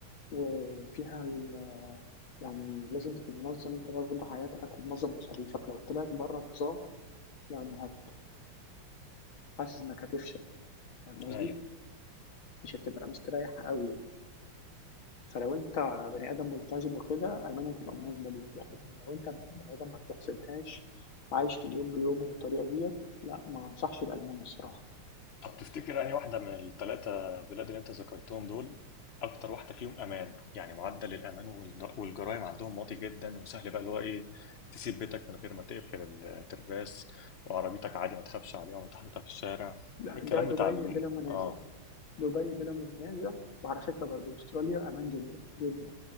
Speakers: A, on the left; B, on the left.
A: وفيها ال- يعني لازم تكون منظم أنت برضه حياتك ومنظم مصاريفك لو طلعت بره النظام يعني حاسس إنك هتفشل، فاهم قصدي؟
B: ايوه
A: مش هتبقى مستريّح أوي يعني، فلو أنت بني آدم ملتزم وكده، ألمانيا هتبقى مناسبة ليك، لكن لو أنت م بني آدم ما بتحسبهاش وعايش في اليوم بيومه والطريقة ديّة، لأ ما أنصحش بألمانيا الصراحة،
B: طب تفتكر أنهي واحدة من الثلاثة بلاد اللي أنت ذكرتهم دول أكتر واحدة فيهم أمان يعني معدل الأمان والج- والجرائم عندهم واطي جدا وسهل بقى اللي هو إيه تسيب بيتك من غير ما تقفل الترباس وعربيتك عادي ما تخافش عليها وأنت حاططها في الشارع
A: لأ
B: الكلام
A: ده دبي
B: بتاع ال...
A: بلا منازع،
B: آه
A: دبي بلا منازع، وعلى فكرة برضه أستراليا أمان جدًا، جدًا،